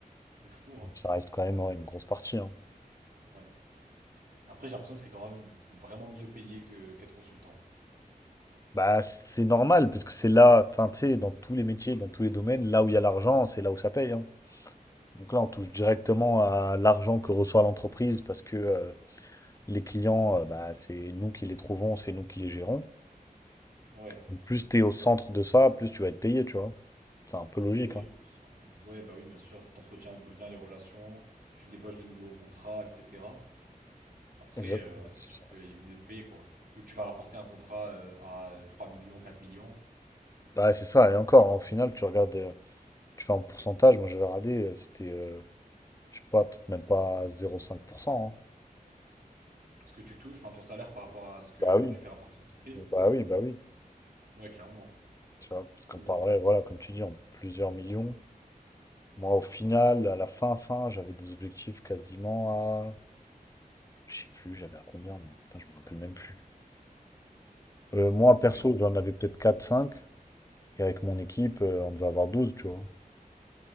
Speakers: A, on the right; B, on the left.
A: C'est fou, hein?
B: Donc, ça reste quand même ouais, une grosse partie. hein.
A: Ouais. Après, j'ai l'impression que c'est quand même vraiment mieux payé que qu'être consultant.
B: Bah, c'est normal, parce que c'est là, enfin, tu sais, dans tous les métiers, dans tous les domaines, là où il y a l'argent, c'est là où ça paye. hein. Donc là, on touche directement à l'argent que reçoit l'entreprise parce que euh, Les clients, euh, bah, c'est nous qui les trouvons, c'est nous qui les gérons.
A: Ouais,
B: Donc, plus tu es au centre de ça, plus tu vas être payé, tu vois. C'est un peu logique,
A: et oui.
B: hein.
A: Euh, Ouais, bah oui, bien sûr, t'entretiens bien les relations, tu débauches de nouveaux contrats, etc. Après,
B: Exactement,
A: heu, ouais, c'est
B: c'est
A: sûr
B: ça.
A: qu'il vaut mieux te payer, quoi. Vu que tu vas rapporter un contrat, heu, à, heu, 3 000 000, 4 000
B: Bah, c'est ça, et encore, hein, au final, tu regardes, euh, tu fais un pourcentage, moi j'avais radé, euh, c'était, euh, je sais pas, peut-être même pas 0,5%. hein.
A: ce que tu touches, enfin ton salaire par rapport à ce que
B: Bah oui,
A: tu fais rapporter à l'entreprise.
B: bah oui, bah oui.
A: Ouais, clairement.
B: Tu vois, parce qu'on
A: De ouf.
B: parlerait, voilà, comme tu dis, en plusieurs millions. Moi, au final, à la fin, fin, j'avais des objectifs quasiment à... Je sais plus, j'avais à combien, moi. Putain, je me rappelle même plus. Euh, moi, perso,
A: Ouais,
B: j'en avais peut-être quatre, cinq. Et avec mon équipe, euh, on devait avoir 12, tu vois.